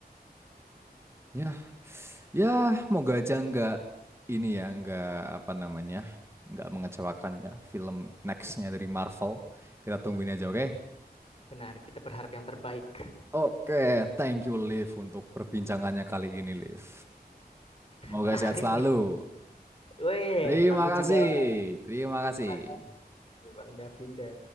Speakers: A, on the right; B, on the left.
A: Ya, ya, moga aja nggak ini ya, nggak apa namanya, nggak mengecewakan ya film nextnya
B: Ya,
A: dari Marvel. Kita tungguin aja, oke?
B: benar, kita berharap yang terbaik.
A: Oke, thank you Liv untuk perbincangannya kali ini Liv. Semoga
B: Menarik
A: sehat selalu.
B: nih. Weh,
A: Terima
B: kamu
A: kasih,
B: juga
A: terima
B: terima
A: kasih.
B: kasih Bang Davinda.